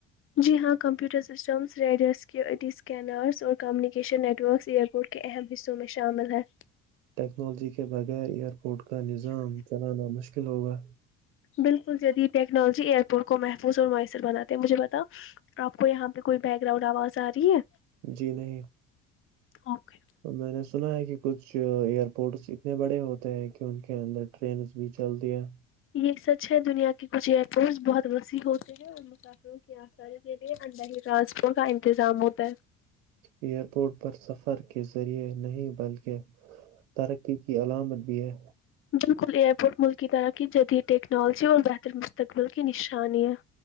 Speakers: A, on the left; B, on the right.
A: جی ہاں کمپیوٹر سسٹمس ریڈرس کیئی ڈی اسکینرس اور communication net works year board کے اہم حصوں میں شامل ہیں
B: ٹیکنالوجی کے بغیر ایئرپورٹ کا نظام چلانا مشکل ہوگا
A: بالکل جدید ٹیکنالوجی ایئرپورٹ کو محفوظ اور میسر بناتے ہیں مجھے بتا آپ کو یہاں پہ کوئی بیک گراؤنڈ آواز آ رہی ہے
B: جی نہیں
A: اوکے
B: اور میں نے سنا ہے کہ کچھ ایئر پورٹس اتنے بڑے ہوتے ہیں کہ ان کے اندر ٹرینس بھی چل دیا
A: یہ سچ ہے دنیا کے کچھ ایئرپورٹس بہت وسیع ہوتے ہیں اور م کیوں کیا سرےے اندر ہی ٹرانسپورٹ کا انتظام ہوتا ہے
B: ایئر پورٹ پر سفر کے ذریعے نہیں بلکہ ترقی کی علامت بھی ہے
A: بالکل ایئر پورٹ ملک کی طرح کی جدید ٹیکنالوجی اور بہتر مستقبل کی نشانی ہے